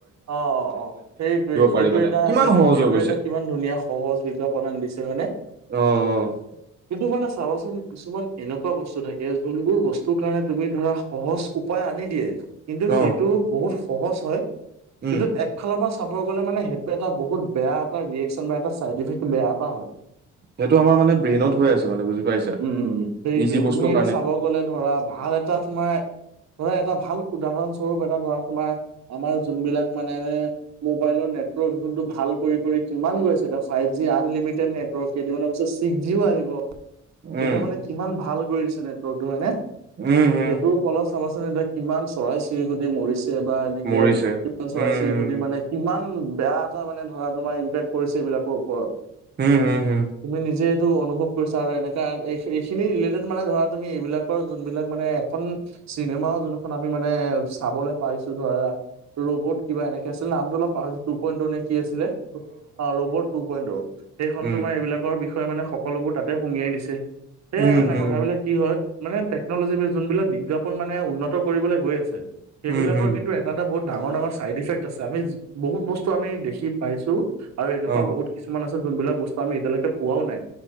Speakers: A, on the right (about 60°); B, on the right (about 35°).
A: অ অ অ সেইটোয়ে সেইটোয়ে
B: পাৰি মানে
A: এটা
B: কিমান
A: সেটো
B: সহজ
A: সেইটোয়ে
B: হৈ গৈছে
A: এটা কিমান ধুনীয়া সহজ বিজ্ঞাপনা দিছে হয়নে?
B: অ অ
A: কিন্তু মানে চাবাচোন কিছুমান এনেকুৱা বস্তু থাকে যোনবোৰ বস্তু কাৰণে তুমি ধৰা সহজ উপায় আনি দিয়ে। কিন্তু
B: অ
A: সেইটো বহুত সহজ হয়
B: উম
A: কিন্তু একফালৰ পৰা চাব গ'লে মানে সেইটো এটা বহুত বেয়া এটা ৰিয়েকচন বা এটা চাইড ইফেক্ট বেয়া এটা হয়।
B: সেইটো আমাৰ মানে ব্ৰেইনত হৈ আছে মানে বুজি পাইছা
A: উম সেইটোয়ে
B: ইজি বস্তুৰ
A: তুমি এতিয়া
B: কাৰণে
A: চাব গলে ধৰা ভা- ভাল এটা তোমাৰ ধৰা এটা ভাল উদাহৰণ স্বৰূপ এটা ধৰা তোমাৰ আমাৰ। যোনবিলাক মোবাইল নেটৱৰ্কক যোনটো ভাল কৰি কৰি কিমান গৈছে এতিয়া ফাইভ জি আনলিম- এতিয়া নেটৱৰ্কক ছিক্স জি আহিব।
B: উম
A: এতিয়া মানে কিমান ভাল কৰি দিছে নেটৱৰ্কটো হয়নে।
B: উম উম
A: সেইটোৰ ফলত চাবাচোন এতিয়া কিমান চৰাই চিৰিকটি মৰিছ- বা এনেকে
B: মৰিছে
A: কিছুমান চৰাই
B: উম উম
A: চিৰিকটী মানে কিমান। ইমান বেয়া এটা মানে ধৰা তোমাৰ ইম্পেক্ট পৰিছে এইবিলাকৰ ওপৰত
B: হম হম হম
A: তুমি নিজে অনুভৱ কৰিছা আৰু এনেকা এইখিনি ৰিলেটেড মানে ধৰা তুমি এইবিলাকৰ যোনবিলাক মানে এখন। চিনেমাও যোনখন আমি মানে চাবলৈ পাইছো ধৰা ৰবত কিবা এনেকে। কি আছিল নামটো অলপ পাহৰিলো তু পইন্টৰ নে কি আছিলে অ ৰবট টু পইন্ট অ, সেইখন
B: উম
A: তোমাৰ এইবিলাকৰ বিষয় মানে সকলোবোৰ তাতে সুমিয়াই দিছে সেয়াই
B: উম
A: মানে
B: হম
A: কথাবিলাক কি হয়। মানে টেকন'লজী যোনবিলাক বিজ্ঞাপন মানে উন্নত কৰিবলৈ গৈ আছে সেইবিলাকৰ
B: উম হম
A: কিন্তু এটা এটা বহুত ডাঙৰ- ডাঙৰ চাইড ইফেক্ট আছে আমি বহুত বস্তু আমি দেখি পাইছো আৰু এনেকুৱা
B: অ
A: বহুত কিছুমান আছে যোনবিলাক বস্তু আমি এতিয়ালৈকে পোৱাও নাই,